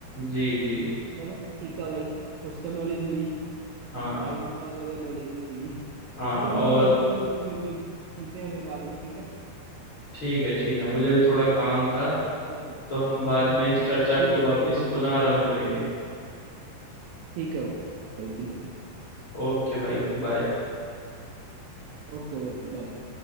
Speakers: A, on the left; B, on the right.
A: जी जी
B: चलो ठीक है भाई कुछ तो नॉलेज मिली <laughs>
A: हाँ
B: टाइम भी पास हो गया नॉलेज भी मिली
A: हाँ
B: चलो
A: और
B: ठीक है भाई तो फिर मिल- मिल- मिलते हैं फिर बाद में ठीक है
A: ठीक है ठीक है मुझे भी थोड़ा काम था
B: ओके
A: तो हम बाद
B: हाँ
A: में
B: हाँ
A: इस चर्चा
B: ठीक
A: को
B: है भाई
A: वापस
B: तो फिर
A: पुनः आरंभ करेंगे
B: ठीक है भाई बिल्कुल
A: ओके भाई बाय
B: ओके भाई बाय